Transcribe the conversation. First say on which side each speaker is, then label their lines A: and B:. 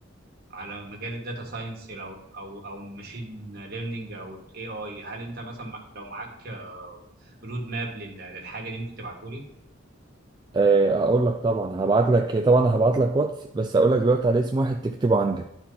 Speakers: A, on the right; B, on the right.
A: على مجال الداتا ساينس لو او او ماشين ليرنينج او الاي اي هل انت مثلا مع- لو معاك آه، رود ماب لل- للحاجه دي ممكن تبعته لي
B: آه، هقول لك طبعا هبعت لك طبعا هبعت لك واتس بس هقول لك دلوقتي على اسم واحد تكتبه عندك